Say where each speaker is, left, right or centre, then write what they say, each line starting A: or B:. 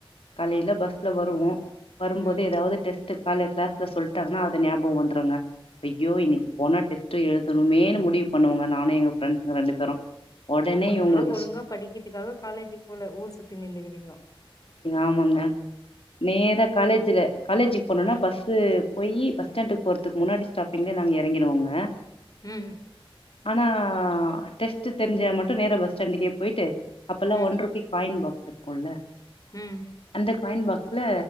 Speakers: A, on the left (about 75°); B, on the left (about 40°).
A: காலையில பஸ்ல வருவோம் வரும்போது
B: ம்
A: ஏதாவது டெஸ்ட் ட்டு காலயில கிளாஸ்ல சொல்லிட்டாங்கனா அது ஞாபகம் வந்துருங்க யோ இன்னைக்கு போனா டெஸ்ட் எழுதணுமே மு டிவு பண்ணுவங்க நானும் எங்க ஃப்ரெண்ட்ஸ்ங்க ரெண்டு பேரும் உடனே
B: அப்போ நீங்கல்லா
A: இவுங்களுக்கு
B: ஒழுங்கா படிக்கிறதுக்காக காலேஜுக்கு போல ஊர் சுத்தி நின்டுக்கிறீங்கோ
A: ஆமாங்க நேர காலேஜ்ல காலேஜ்க்கு போனனா
B: ம்
A: பஸ் பொய் பஸ்ஸாண்டுக்கு போறதுக்கு முன்னாடி இங்க நாங்க இறங்கிடுவோங்க
B: ம்
A: ஆனா டெஸ்ட் தெரிஞ்சா மட்டும் நேரா பஸ் சண்டிகைய போயிட்டு அப்பல்லாம்
B: ம்
A: ஒன் ருபி காயின் பாக்ஸ் இருக்கும்ல
B: ம்
A: அந்த காயின் பாக்ஸ்ல